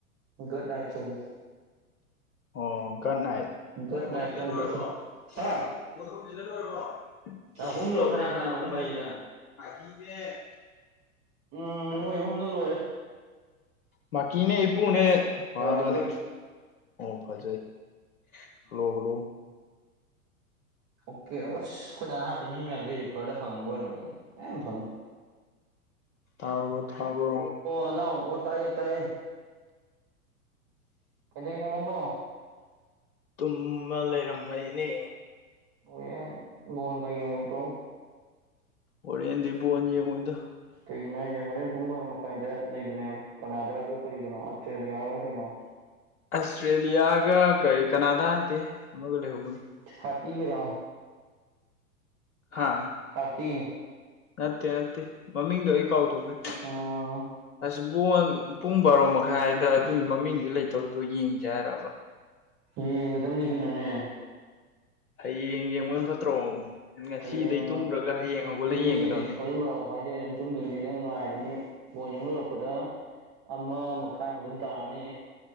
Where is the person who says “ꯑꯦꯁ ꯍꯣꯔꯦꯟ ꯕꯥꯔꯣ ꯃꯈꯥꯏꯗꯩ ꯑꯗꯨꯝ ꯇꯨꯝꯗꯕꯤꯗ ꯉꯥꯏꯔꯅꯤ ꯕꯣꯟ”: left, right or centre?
Right